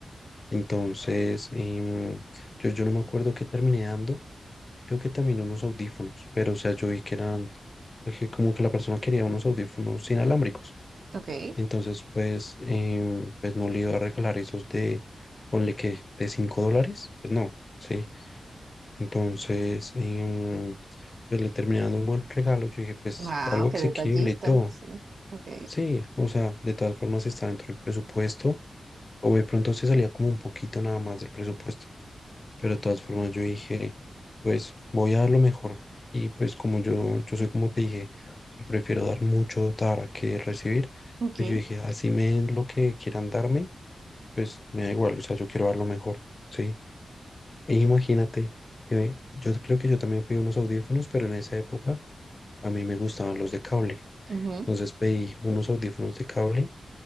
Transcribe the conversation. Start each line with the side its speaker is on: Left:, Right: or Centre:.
Left: Entonces, em, yo, yo no me acuerdo qué terminé dando, creo que también unos audífonos, pero o sea, yo vi que eran, que como que la persona quería unos audífonos inalámbricos.
Right: ok.
Left: Entonces, pues, em, pues no le iba a regalar esos de, ponle que, de 5 dólares, pues no, ¿sí? Entonces, em, pues le terminé dando un buen regalo, yo dije, pues
Right: Wow,
Left: algo
Right: qué
Left: asequible
Right: detallista,
Left: y todo,
Right: sí. Ok,
Left: sí, o sea, de todas formas está dentro del presupuesto, o de pronto se salía como un poquito nada más del presupuesto, pero de todas formas yo dije, pues voy a dar lo mejor. Y pues como yo, yo soy como te dije, yo prefiero dar mucho dar que recibir,
Right: ok.
Left: pues yo dije, así me den lo que quieran darme, pues me da igual, o sea, yo quiero dar lo mejor, ¿sí? E imagínate, eh, yo creo que yo también pedí unos audífonos, pero en esa época a mí me gustaban los de cable.
Right: ujú.
Left: Entonces pedí unos audífonos de cable